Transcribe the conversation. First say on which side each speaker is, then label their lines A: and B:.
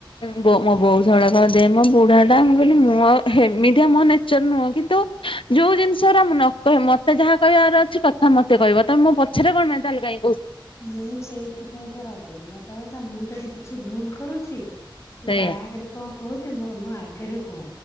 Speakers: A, on the left (about 85°); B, on the left (about 35°).
A: ମୋ ବୋ ବୋଉ ସବୁବେଳେ କହିବ ମୋ ବୁଢା ଟା ମୁଁ କହିଲି ମୁଁ ଆଉ ହେମିତିଆ ମୋ ନେଚର ନୁହଁ କିନ୍ତୁ ଯୋଉ ଜିନିଷ ର ନ କହିବ ମତେ ଯାହା କହିବାର ଅଛି କଥା ମତେ କହିବ ତମେ ମୋ ପଛରେ କଣେେ ତାହେ କାଇଁ କୋହୁ
B: ମୁଁ ସେଇଥିପାଇଁ ତ ରାଗେ ମୋ କହଥା ମୁଁ ଯଦି କିଛି ଭୁଲ କରୁଚି।
A: ସେଇଆ
B: କାହା ଆଗରେ କଣ କୋହୁଚି ମୋ ଆଗରେ କୁହ